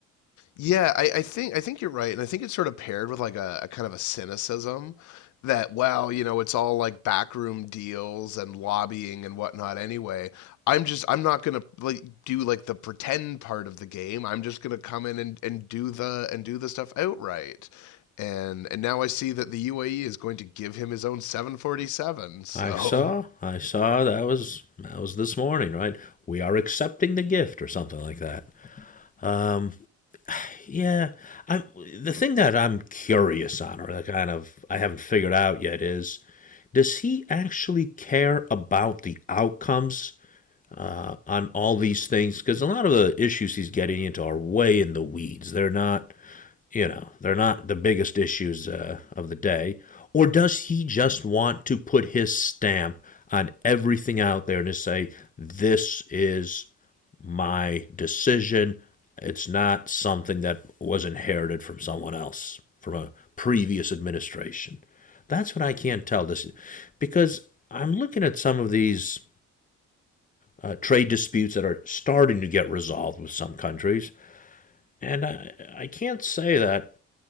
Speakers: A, on the left; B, on the left.
A: Yeah, I, I think I think you're right, and I think it's sort of paired with like a, a kind of a cynicism that, well, you know, it's all like backroom deals and lobbying and whatnot anyway. I'm just I'm not gonna like do like the pretend part of the game. I'm just gonna come in and, and do the and do the stuff outright. And and now I see that the UAE is going to give him his own 747, <laughs> so
B: I saw, I saw that was that was this morning, right? We are accepting the gift or something like that. Um, yeah, I'm the thing that I'm curious on, or that kind of I haven't figured out yet, is does he actually care about the outcomes uh, on all these things? Because a lot of the issues he's getting into are way in the weeds. They're not, you know, they're not the biggest issues uh, of the day. Or does he just want to put his stamp on everything out there and just say, this is my decision. It's not something that was inherited from someone else, from a previous administration. That's what I can't tell this because I'm looking at some of these uh, trade disputes that are starting to get resolved with some countries, and I, I can't say that